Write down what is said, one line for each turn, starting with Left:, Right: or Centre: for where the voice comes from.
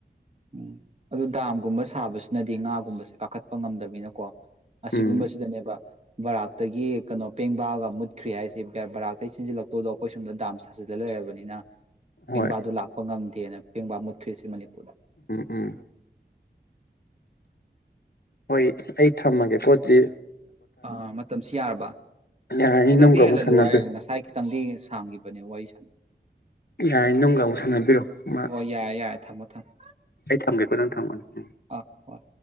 Right: ꯎꯝ ꯑꯗꯨ ꯗꯥꯝꯒꯨꯝꯕ ꯁꯥꯕꯁꯤꯅꯗꯤ ꯉꯥꯒꯨꯝꯕꯁꯦ ꯀꯥꯈꯠꯄ ꯉꯝꯗꯅꯤꯅꯀꯣ ꯑꯁꯤꯒꯨꯝꯕꯁꯤꯗꯅꯦꯕ
Left: ꯎꯝ
Right: ꯕꯔꯥꯛꯇꯒꯤ ꯀꯩꯅꯣ ꯄꯦꯡꯕꯥꯑꯒ ꯃꯨꯠꯈ꯭ꯔꯤ ꯍꯥꯏꯁꯦ ꯕꯔꯥꯛꯇꯩꯒꯤ ꯆꯦꯟꯁꯤꯜꯂꯛꯇꯣꯗꯣ ꯑꯩꯈꯣꯏ ꯁꯣꯝꯗ ꯗꯥꯝ ꯁꯥꯖꯤꯜꯂ ꯂꯩꯔꯕꯅꯤꯅ ꯄꯦꯡꯕꯥꯗꯨ
Left: ꯍꯣꯏ
Right: ꯂꯥꯛꯄ ꯉꯝꯗꯦꯅ ꯄꯦꯡꯕꯥ ꯃꯨꯈ꯭ꯔꯔꯤꯁꯤ ꯃꯅꯤꯄꯨꯔꯗ
Left: ꯎꯝ ꯎꯝ ꯍꯣꯏ ꯑꯩ ꯊꯝꯃꯒꯦ ꯄꯣꯠꯁꯤ
Right: ꯑꯥ ꯃꯇꯝꯁꯤ ꯌꯥꯔꯕ
Left: ꯌꯥꯔꯅꯤ
Right: ꯈꯤꯇꯪꯗꯤ
Left: ꯅꯨꯡꯒ
Right: ꯍꯦꯜꯍꯜꯂꯨ
Left: ꯑꯃꯨꯛ ꯁꯥꯟꯅꯕꯤꯔꯣ
Right: ꯍꯥꯏ ꯉꯁꯥꯏ ꯈꯤꯇꯪꯗꯤ ꯁꯥꯡꯈꯤꯕꯅꯦ ꯋꯥꯔꯤ ꯁꯅ
Left: ꯌꯥꯔꯅꯤ ꯅꯨꯡꯒ ꯑꯃꯨꯛ ꯁꯥꯟꯅꯕꯤꯔꯣ ꯃꯥ
Right: ꯍꯣꯏ ꯌꯥꯔꯦ ꯌꯥꯔꯦ ꯊꯝꯃꯣ ꯊꯝꯃꯣ
Left: ꯑꯩ ꯊꯝꯒꯦꯀꯣ ꯅꯪ ꯊꯝꯃꯣ ꯎꯝ
Right: ꯑꯥ ꯍꯣꯏ